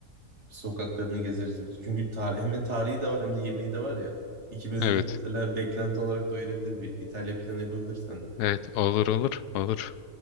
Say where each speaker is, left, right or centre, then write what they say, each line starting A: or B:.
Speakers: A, on the right (about 45°); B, on the left (about 85°).
A: sokaklarını gezeriz. biz. Çünkü tarih, hem tarihi de var hem de yemeği de var ya. İkimizi
B: Evet.
A: de mesela beklenti olarak doyurabilir bir İtalya planı yapabilirsen
B: Evet olur olur olur.